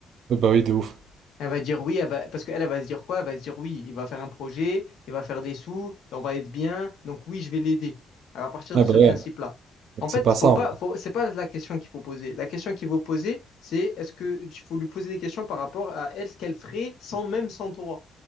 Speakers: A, on the right; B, on the left.
A: Ouais, bah oui, de ouf.
B: Elle va dire oui, elle va... parce qu'elle, elle va se dire quoi? Elle va se dire oui, il va faire un projet, il va faire des sous, on va être bien, donc oui, je vais l'aider. Elle va partir
A: Ouais,
B: de ce
A: bah ouais.
B: principe-là. En
A: C'est
B: fait,
A: pas
B: faut
A: ça.
B: pas,
A: en vrai.
B: faut... c'est pas la question qu'il faut poser. La question qu'il faut poser, c'est est-ce que il faut lui poser des questions par rapport à elle, ce qu'elle ferait sans même sans toi.